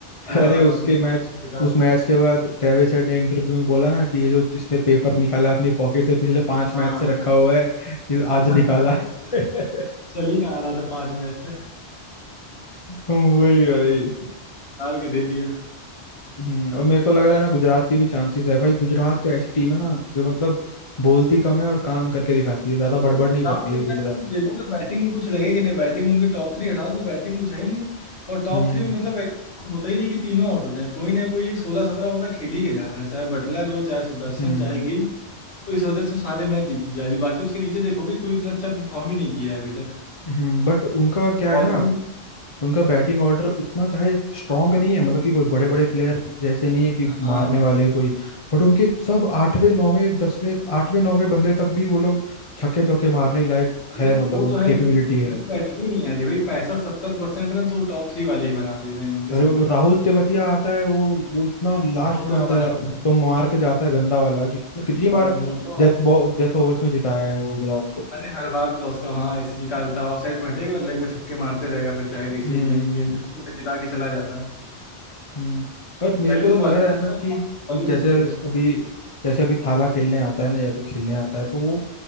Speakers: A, on the left; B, on the left.
A: पूरा
B: अरे उसके मैच
A: बेकार
B: उस
A: हो गया।
B: मैच के बाद ट्रेविस हेड ने इंटरव्यू में बोला ना कि ये जो जिसने पेपर निकाला अपनी पॉकेट से पिछले पांच
A: हाँ
B: मैच से रखा हुआ है ये आज
A: हाँ
B: निकाला
A: <laughs>
B: <laughs>
A: चल ही कहाँ रहा था पांच मैच से
B: वही
A: तो
B: भाई
A: डाल के दे दिया
B: हम्म और मेरे को लग रहा है ना गुजरात की भी चांसेस है भाई गुजरात तो ऐसी टीम है ना जो मतलब बोलती कम है और काम करके दिखाती है ज्यादा बड़बड़ नहीं
A: टॉप
B: करती
A: देखता
B: है गुजरात
A: है, देखोगे बैटिंग में कुछ लगे कि नहीं बैटिंग में उनके टॉप थ्री हटा दो तो बैटिंग कुछ है ही नहीं और टॉप
B: हम्म
A: थ्री में मतलब ऐसा होता ही नहीं कि तीनों आउट हो जाए कोई ना कोई एक सोलह सत्रह ओवर तक खेल ही के जा रहा है चाहे बटलर हो चाहे सुदर्शन
B: हम्म
A: चाहे गिल तो इस वजह से सारे मैच जीत जा रही बाकी उसके नीचे देखोगे कोई उतना अच्छा परफॉर्म ही नहीं किया है अभी तक
B: हम्म बट उनका क्या
A: बॉलिंग
B: है ना उनका बैटिंग ऑर्डर इतना चाहे स्ट्रांग नहीं है मतलब कि कोई बड़े बड़े प्लेयर जैसे नहीं है कि
A: हाँ
B: मारने वाले कोई बट उनके सब आठवें नौवें दसवें आठवें नौवें बंदे तक भी वो लोग छक्के चौके मारने लायक
A: अरे
B: है मतलब
A: वो
B: उन
A: तो है
B: कैपेबिलिटी
A: लेकिन
B: है
A: उनकी बैटिंग ही नहीं आ रही भाई पैंसठ सत्तर परसेंट रन तो टॉप थ्री वाले ही बना दे रहे हैं उनके
B: अरे वो
A: सारे
B: राहुल तेवतिया आता है वो वो इतना लास्ट
A: वो
B: में
A: तो
B: आता
A: हाँ,
B: है तो मार के जाता है गंदा वाला जितना कितनी
A: वो
B: बार
A: तो
B: डेथ डेथ ओवर्स में जिताया है वो गुजरात को
A: अरे हर बार का उसका हाँ ऐसे जिता देता है ऑफसाइड में हटेगा और लेग में छक्के मारते रहेगा फिर चाहे किसी
B: हम्म
A: भी गेंद गेंद पे वो जिता के चला जाता है
B: हम्म बट मेरे
A: पहले
B: को तो
A: तो बॉलिंग
B: लग रहा है
A: में
B: ना
A: था
B: कि
A: बॉलिंग
B: जैसे
A: नहीं देते उसको
B: अभी जैसे अभी थाला खेलने आता है ना जैसे खेलने आता है तो वो